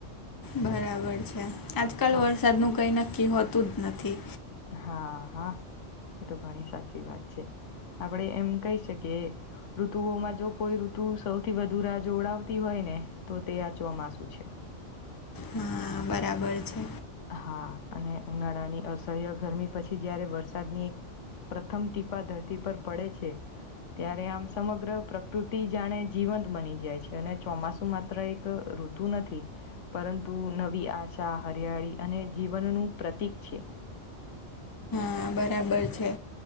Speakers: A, on the left; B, on the left.
A: બરાબર છે આજકાલ
B: હા
A: વરસાદનું કંઈ નક્કી હોતું જ નથી
B: હા હા એ તો ઘણી સાચી વાત છે આપડે એમ કહી શકીએ ઋતુઓમાં જો કોઈ ઋતુ સૌથી વધુ રાહ જોડાવતી હોય ને તો તે આ ચોમાસું છે
A: હા બરાબર છે
B: હા અને ઉનાળાની અસહ્ય ગરમી પછી જ્યારે વરસાદની એક પ્રથમ ટીપા ધરતી પર પડે છે ત્યારે આમ સમગ્ર પ્રકૃતિ જાણે જીવંત બની જાય છે અને ચોમાસુમાં એક ઋતુ નથી પરંતુ નવી આશા હરિયાળી અને જીવનનું પ્રતિક છે
A: હા બરાબર છે